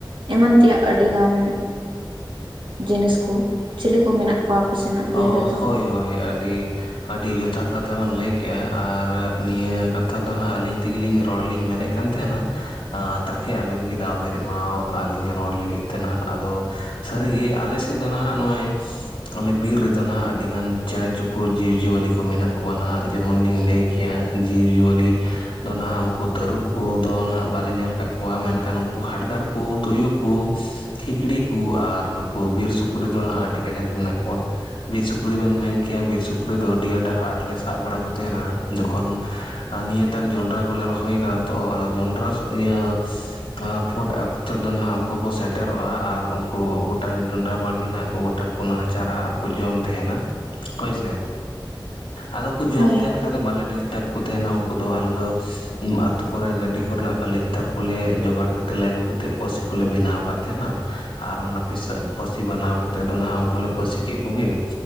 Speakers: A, on the right (about 75°); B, on the left (about 85°).
A: ᱮᱢᱟᱱ ᱛᱮᱭᱟᱜ ᱟᱹᱰᱤᱜᱟᱱ ᱡᱤᱱᱤᱥ ᱠᱚ᱾ ᱪᱤᱞᱤ ᱠᱚ ᱢᱮᱱᱟᱜ ᱠᱚᱣᱟ ᱟᱯᱮ ᱥᱮᱱᱟᱜ
B: ᱚ
A: ᱵᱤᱨ ᱨᱮᱫᱚ᱾
B: ᱦᱳᱭ ᱦᱳᱭ ᱟᱹᱰᱤ ᱟᱹᱰᱤ᱾ ᱡᱚᱛᱷᱟᱛ ᱠᱟᱛᱷᱟ ᱵᱮᱱ ᱞᱟᱹᱭᱠᱼᱟ ᱟᱨ ᱱᱤᱭᱟᱹ ᱠᱟᱛᱷᱟ ᱫᱚ ᱱᱟᱦᱟᱜ ᱟᱹᱞᱤᱧ ᱛᱮᱜᱮᱞᱤᱧ ᱨᱚᱲ ᱞᱤᱧ ᱢᱮᱱᱮᱫ ᱠᱟᱱ ᱛᱟᱦᱮᱱᱟ᱾ ᱛᱟᱠᱷᱮ ᱟᱵᱮᱱ ᱜᱮ ᱫᱟᱣ ᱵᱮᱱ ᱮᱢᱟ ᱟᱹᱞᱤᱧᱟᱜ ᱨᱚᱲ ᱞᱟᱹᱜᱤᱫ ᱛᱮ ᱦᱟᱸᱜ ᱟᱫᱚ᱾ ᱥᱟᱹᱨᱤ ᱜᱤ ᱟᱞᱮ ᱥᱮᱫ ᱫᱚ ᱱᱟᱦᱟᱜ ᱱᱚᱜᱼᱚᱭ᱾ ᱟᱞᱮ ᱵᱤᱨ ᱨᱮᱫᱚ ᱱᱟᱦᱟᱜ ᱟᱹᱰᱤ ᱜᱟᱱ ᱪᱮᱬᱮ ᱪᱩᱯᱩ ᱡᱤᱵᱽᱼᱡᱤᱭᱟᱹᱞᱤ ᱠᱚ ᱢᱮᱱᱟᱜ ᱠᱚᱣᱟ ᱱᱟᱦᱟᱜ ᱡᱮᱢᱚᱱ ᱞᱤᱧ ᱞᱟᱹᱭ ᱜᱮᱭᱟ ᱡᱤᱵᱽ ᱡᱤᱭᱟᱹᱞᱤ᱾ ᱫᱚ ᱱᱟᱦᱟᱜ ᱩᱱᱠᱩ ᱛᱟᱹᱨᱩᱵᱽ ᱠᱩ ᱫᱚ ᱱᱟᱦᱟᱜ ᱵᱟᱞᱮ ᱧᱮᱞ ᱠᱟᱜ ᱠᱚᱣᱟ, ᱢᱮᱱᱠᱷᱟᱱ ᱩᱱᱠᱩ ᱦᱟᱰᱜᱟᱨ ᱠᱩ, ᱛᱩᱭᱩ ᱠᱩ, ᱠᱷᱤᱠᱷᱤᱲᱤ ᱠᱩ ᱟᱨ ᱱᱩᱠᱩ ᱵᱤᱨ ᱥᱩᱠᱨᱤ ᱫᱚ ᱱᱟᱦᱟᱸᱜ ᱟᱹᱰᱤ ᱠᱟᱡᱟᱠ ᱢᱮᱱᱟᱜ ᱠᱚᱣᱟ᱾ ᱵᱤᱨ ᱥᱩᱠᱨᱤ ᱵᱮᱱ ᱢᱮᱱ ᱠᱮᱭᱟ, ᱵᱤᱨ ᱥᱩᱠᱨᱤ ᱫᱚ ᱟᱹᱰᱤ <unintelligible> ᱟᱸᱴ ᱞᱮ ᱥᱟᱵ ᱵᱟᱲᱟ ᱠᱚ ᱾ ᱡᱚᱠᱷᱚᱱ ᱱᱤᱭᱟᱹᱛᱟᱜ ᱡᱚᱸᱰᱨᱟ ᱠᱚᱞᱮ ᱨᱚᱦᱚᱭ ᱠᱟᱫᱟ ᱛᱚ ᱟᱫᱚ ᱡᱚᱸᱰᱨᱟ ᱤᱭᱟᱹ᱾ ᱟᱯᱷᱩᱴ ᱚᱠᱛᱚ ᱫᱚ ᱱᱟᱦᱟᱜ ᱩᱱᱠᱩ ᱠᱚ ᱥᱮᱴᱮᱨᱚᱜᱼᱟ ᱟᱨ ᱩᱱᱠᱩ ᱜᱚᱴᱟ ᱡᱚᱱᱰᱨᱟ ᱵᱟᱲᱜᱮ ᱱᱟᱦᱟᱜ ᱠᱚ ᱜᱚᱴᱟ ᱱᱟᱦᱟᱪᱟᱨᱟ ᱟᱨ ᱠᱚ ᱡᱚᱢ ᱛᱟᱦᱮᱱᱟ, ᱦᱳᱭ ᱥᱮ ᱟᱫᱚ ᱠᱚ ᱡᱚᱢ
A: ᱦᱳᱭ
B: ᱛᱟᱦᱮᱱ᱾ ᱚᱱᱠᱟ ᱫᱚ ᱵᱟᱞᱮ ᱰᱤᱥᱴᱟᱵᱽ ᱠᱚ ᱛᱟᱦᱮᱱᱟ ᱩᱱᱠᱩ ᱫᱚ ᱟᱞᱮ ᱫᱚ ᱟᱛᱩ ᱠᱚᱨᱮ ᱜᱟᱹᱰᱤ ᱠᱚᱨᱮᱱᱟᱜ ᱠᱟᱞᱮᱠ ᱛᱟᱨ ᱠᱚᱞᱮ ᱡᱚᱜᱟᱲ ᱛᱮᱞᱮ ᱟᱹᱜᱩ ᱠᱟᱛᱮᱫ ᱯᱟᱹᱥᱤ ᱠᱚᱞᱮ ᱵᱮᱱᱟᱣ ᱟᱠᱟᱫ ᱛᱟᱦᱮᱸᱱᱟ, ᱟᱨ ᱚᱱᱟ ᱯᱤᱥᱟ ᱯᱟᱹᱥᱤ ᱵᱮᱱᱟᱣ ᱠᱟᱛᱮᱫ ᱫᱚ ᱱᱟᱦᱟᱜ ᱩᱱᱠᱩ ᱞᱮ ᱯᱟᱹᱥᱤ ᱠᱮᱫ ᱠᱚᱜᱮ